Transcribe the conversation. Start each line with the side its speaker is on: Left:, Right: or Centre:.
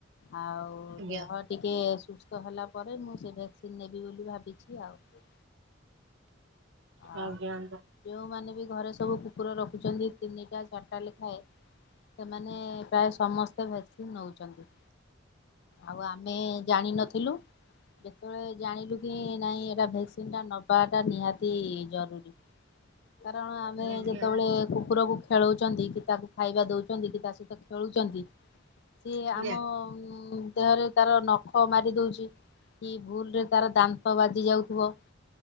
Left: ଆଉ
Right: ଆଜ୍ଞା
Left: ଦେହ ଟିକେ ସୁସ୍ଥ ହେଲା ପରେ ମୁଁ ସେ ଭ୍ୟାକ୍ସିନ ନେବି ବୋଲି ଭାବିଛି ଆଉ। ଆଉ
Right: ଆଜ୍ଞା।
Left: ଯେଉଁମାନେ ବି ଘରେ ସବୁ କୁକୁର ରଖୁଛନ୍ତି ତିନିଟା ଚାରିଟା ଲେଖାଏଁ ସେମାନେ ପ୍ରାୟ ସମସ୍ତେ ଭ୍ୟାକ୍ସିନ୍ ନେଉଛନ୍ତି। ଆଉ ଆମେ ଜାଣିନଥିଲୁ ଯେତେବେଳେ ଜାଣିଲୁ କି ନାଇଁ ଏଇଟା ଭ୍ୟାକ୍ସିନ୍ଟା ନେବାଟା ନିହାତି ଜରୁରୀ କାରଣ ଆମେ
Right: ଆଜ୍ଞା
Left: ଯେତେବେଳେ କୁକୁରକୁ ଖେଳଉଛନ୍ତି କି ତାକୁ ଖାଇବା ଦଉଛନ୍ତି କି ତା ସହିତ ଖେଳୁଛନ୍ତି। ସିଏ
Right: ଆଜ୍ଞା
Left: ଆମ ଦେହରେ ତାର ନଖ ମାରି ଦଉଛି କି ଭୁଲରେ ତାର ଦାନ୍ତ ବାଜି ଯାଉଥିବ